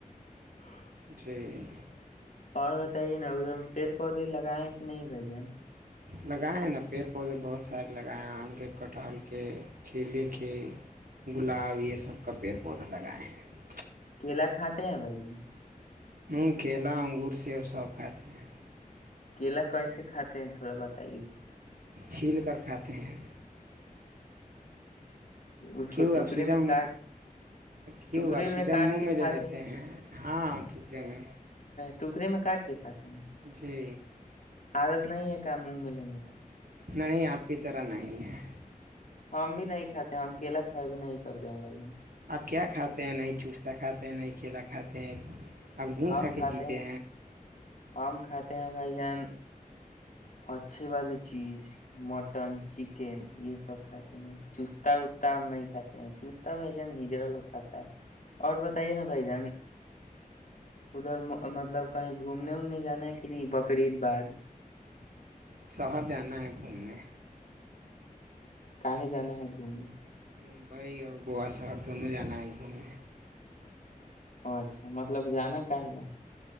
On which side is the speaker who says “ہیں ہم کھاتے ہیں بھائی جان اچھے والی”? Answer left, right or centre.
Left